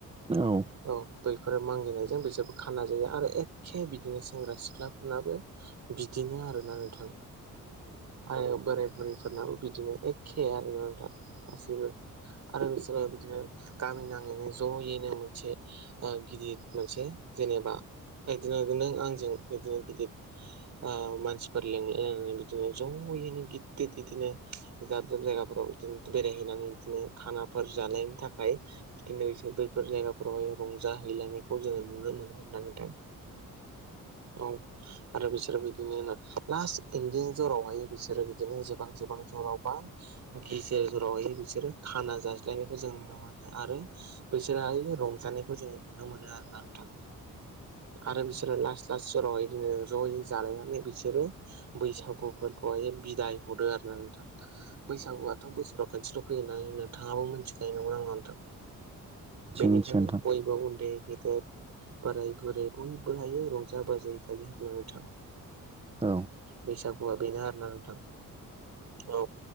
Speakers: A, on the right; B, on the right.
A: मिथियो
B: औ बैफोरो मागिनायजों बिसोरबो खाना जायो आरो एखखे बिदिनो सेंग्रा सिख्लाफोरनाबो बिदिनो आरोना नोंथां। आरो बोराय बुरैफोरनाबो बिदिनो एखे आरोना नोंथां गासैबो। आरो बिसोरो बिदिनो गामि नाङैनो ज'यैनो मोनसे गिदिर मोनसे जेनेबा बिदिनो नों आंजों बिदिनो गिदिर ओ मानसिफोर लिंनाय ओ बिदिनो ज'यैनो गिददिर बिदिनो दाब जाब जायगाफोराव दिनो बेरायहैनानै बिदिनो खानाफोर जानायनि थाखाय बिदिनो बिसोर बैफोर जायगाफोरावहाय रं जाहैलानायखौ जोङो नुनो मोनो आरोना नोंथां। औ आरो बिसोरबो बिदिनो लास्ट इन्दिं जरावहाय बिसोरो बिदिनो जोबहां जोबहां जेरावबा गेजेर जरावहाय बिसोरो खाना जाज्लायनायखौ जों नुनो मोनो आरो बिसोरहाय रंजानाय नायखौ जोङो नुनो मोनो आरोना नोंथां। आरो बिसोरो लास्त लास्ट जराव बिदिनो ज'यै जालायनानै बिसोरो बैसागुफोर खौहाय बिदाय हरदो आरो ना नोंथां बै बैसागुआथ' बोसोराव खनसेल' फैयो होननानै नोंथाङाबो मिथिखायो नंगौ नंङा नोंथां? बेनिखायनो
A: मिथियो नोंथां
B: बयबो उन्दै गेदेर बोराय बुरै बयबो हायो रंजा बाजायै थायो आरोना नोंथां।
A: औ
B: बैसागुआ बेनो आरोना नोंथां औ।